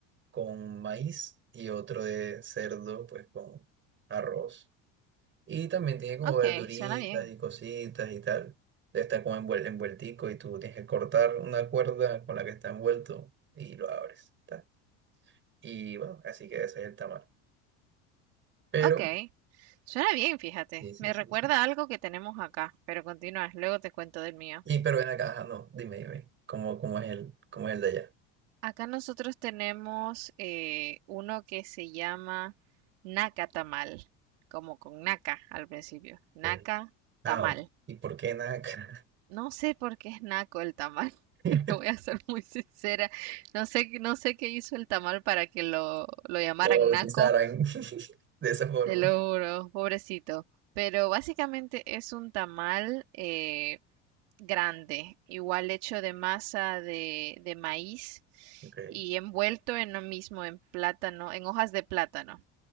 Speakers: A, on the right; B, on the right.
A: con maíz y otro de cerdo, pues, con arroz. Y también tiene como
B: ok,
A: verduritas
B: suena bien.
A: y cositas y tal. Está como envuel- envueltico y tú tienes que cortar una cuerda con la que está envuelto y lo abres. ta. Y bueno, así que ese es el tamal. Pero,
B: Ok, suena bien, fíjate.
A: Sí, sí,
B: Me
A: sí,
B: recuerda
A: sí.
B: a algo que tenemos acá, pero continúas, luego te cuento del mío.
A: y pero ven acá, ajá, no, dime, dime, ¿cómo, cómo es el, cómo es el de allá?
B: Acá nosotros tenemos eh, uno que se llama naca tamal, como con naca al principio. Naca
A: Bien. Ah,
B: tamal.
A: ok. ¿Y por qué en acá
B: No sé por qué es naco el tamal. <laughs>
A: <laughs>
B: Te voy a ser muy sincera. No sé, no sé qué hizo el tamal para que lo, lo llamaran
A: lo bautizaran
B: naco.
A: <laughs> de esa forma?
B: Te lo juro, pobrecito. Pero básicamente es un tamal. eh, grande, igual hecho de masa de, de maíz
A: Ok.
B: y envuelto en lo mismo, en plátano, en hojas de plátano.